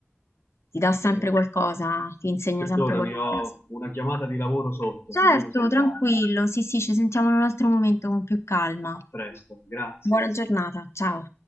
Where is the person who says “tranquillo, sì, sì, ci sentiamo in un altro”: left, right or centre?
Left